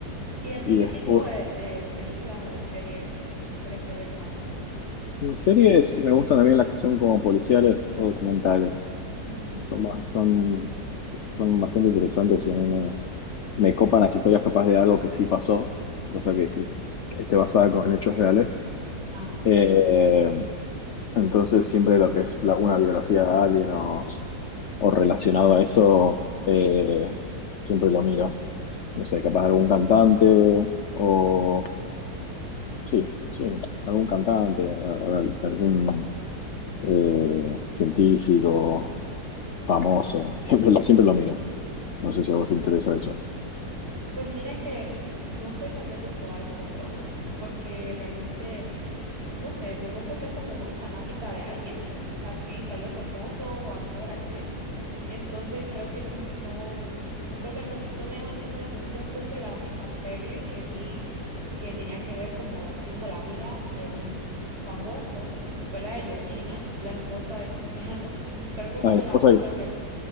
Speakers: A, on the right (about 40°); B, on the left (about 55°).
A: ¿Y a ti
B: Y
A: qué
B: después,
A: tipo de, de películas o de series crees que ves más?
B: series me gustan también las que son como policiales o documentales.
A: Ujú.
B: Son, ba- son, son bastante interesantes y a mí me, me copan las historias capaz de algo que sí pasó, o sea, que, que, que esté basada con- en hechos reales.
A: Ajá.
B: Eh, entonces siempre lo que es la- una biografía de alguien o o relacionado a eso, eh, siempre lo miro. No sé, capaz algún cantante o... Sí, sí, algún cantante, a- a- algún eh, científico famoso. <laughs> Siempre lo, siempre lo miro. No sé si a vos te interesa eso.
A: Pues mira que no soy tal vez de todas las personas, porque realmente, no sé, me cuesta ser como muy fanática de alguien, <laughs> así tal vez famoso o actor, actriz. Entonces creo que no, no creo que no, no me llaman tanto la atención. Creo que la única serie que vi que tenía que ver como tipo la vida de un famoso fue la de Georgina, la esposa de Cristiano. <laughs> Creo que
B: La
A: fue
B: esposa
A: la única
B: de-
A: que